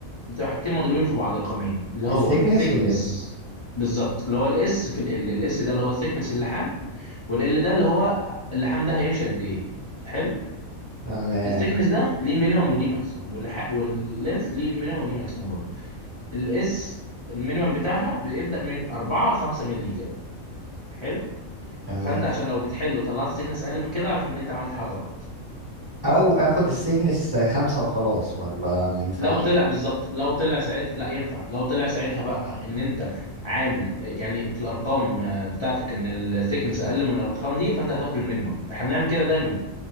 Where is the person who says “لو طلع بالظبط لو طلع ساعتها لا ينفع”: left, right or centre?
Left